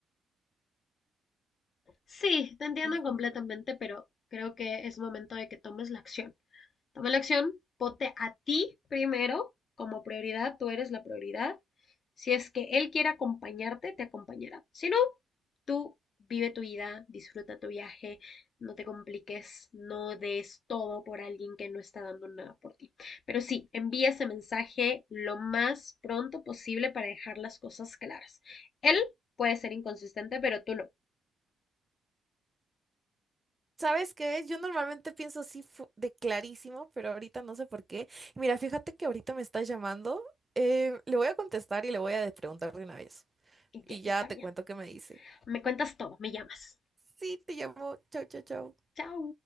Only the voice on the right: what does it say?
Ujú.
¿Sabes qué? Yo normalmente pienso así fu- de clarísimo, pero ahorita no sé por qué. Mira, fíjate que ahorita me está llamando. eh, le voy a contestar y le voy a de- preguntar de una vez.
Y
ya
te
cuento qué me dice.
Sí, te llamo. Chau, chau, chau.